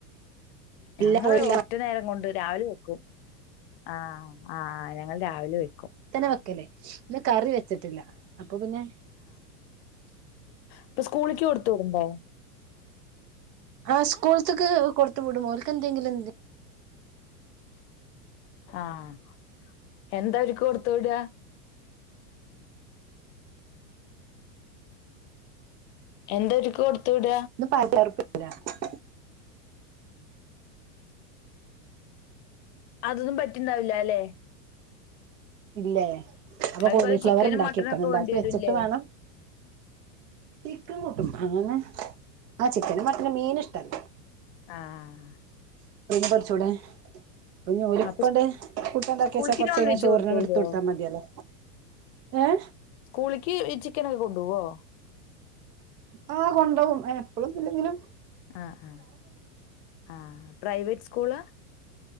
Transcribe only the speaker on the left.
ഞങ്ങള്
ഒ ഒറ്റ നേരം കൊണ്ട് രാവിലെ വെക്കും അ ആ ഞങ്ങള് രാവിലെ വെക്കും
അപ്പ സ്കൂളിക്ക് കൊടുത്ത് വിടുണ്ടോ
ആഹ് എന്ത ഒരുക്ക് കൊടുത്തവിട എന്തൊരിക്ക് കൊടുത്ത് വിട
അതൊന്നും പറ്റിണ്ടാവില്ലല്ലെ
അവർക്ക്
വല്ല ചിക്കനും മട്ടനും ഒക്കെ
വേണ്ടി വരൂല്ലേ
ആഹ്
അപ്പൊ
സ്കൂളിക്ക്
നോൺ വെജ് കൊടുത്തു വിടുവോ
സ്കൂളിക്ക് ചിക്കനക്കെ കൊണ്ടുപോവോ.
ആഹ് ആഹ് ആഹ് പ്രൈവറ്റ് സ്കൂള